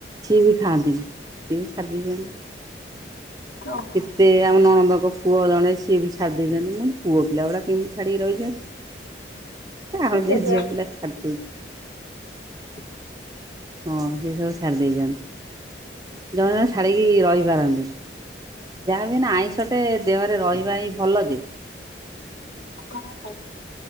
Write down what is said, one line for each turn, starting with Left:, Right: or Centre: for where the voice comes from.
Right: ସିଏ ବି ଖାଆନ୍ତିିନି ସେ ବି ଛାଡ଼ିଦେଇଚନ୍ତି
Left: ଓହୋ
Right: <inaudible> ସେ ଆମ ନଣନ୍ଦଙ୍କ ପୁଅ ଜଣେ ସିଏ ବି ଛାଡ଼ି ଦେଇଚନ୍ତି ଉଁ ପୁଅ ପିଲା ଗୁଡ଼ା କେମିତି ଛାଡ଼ିକି ରହିଚନ୍ତି। ଆଉ
Left: କେଜାଣି।
Right: ଯେ ଝିଅ ପିଲା ଛାଡିଦଉ
Left: <inaudible>
Right: ହଁ ସେ ସବୁ ଛାଡ଼ି ଦେଇଚନ୍ତି ଜଣେ ଛାଡ଼ିକି ରହିପାରନ୍ତି ନି। ଯାହା ବି ନା ଆଇଁଷଟେ ଦେହରେ ରହିବା ହିଁ ଭଲଯେ।
Left: ହଁ ହଁ।